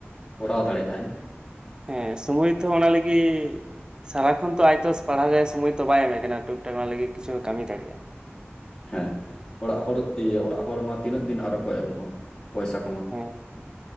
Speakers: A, on the left (about 20°); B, on the right (about 20°).
A: ᱠᱚᱨᱟᱣ ᱫᱟᱲᱮᱜᱼᱟᱭ᱾
B: ᱦᱮᱸ ᱥᱚᱢᱚᱭ ᱛᱚ ᱚᱱᱟ ᱞᱟᱹᱜᱤᱫ ᱥᱟᱨᱟ ᱠᱷᱚ ᱱᱚᱱ ᱛᱚ ᱟᱡ ᱛᱚ ᱯᱟᱲᱦᱟᱣ ᱨᱮ ᱥᱚᱢᱚᱭ ᱛᱚ ᱵᱟᱭ ᱮᱢᱮᱜ ᱠᱟᱱᱟ ᱴᱩᱠ ᱴᱟᱠ ᱚᱱᱟ ᱞᱟᱹᱜᱤᱫ ᱠᱤᱪᱷᱩ ᱠᱟᱹᱢᱤ ᱫᱟᱲᱮᱭᱟᱜᱼᱟ
A: ᱦᱮᱸ ᱚᱲᱟᱜ ᱦᱚᱲ ᱤᱭᱟᱹ ᱚᱲᱟᱜ ᱦᱚᱲ ᱢᱟ ᱛᱤᱱᱟᱹᱜ ᱫᱤᱱ ᱟᱨᱚᱦᱚᱸ ᱠᱚ ᱮᱢᱚᱜᱼᱟ ᱯᱚᱭᱥᱟ ᱠᱚᱢᱟᱣ
B: ᱦᱮᱸ